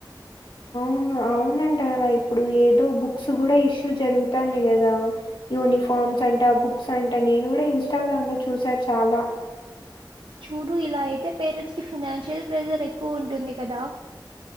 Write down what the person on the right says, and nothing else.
చూడు ఇలా అయితే పేరెంట్స్‌కి ఫినాన్షియల్ ప్రెషర్ ఎక్కువ ఉంటుంది కదా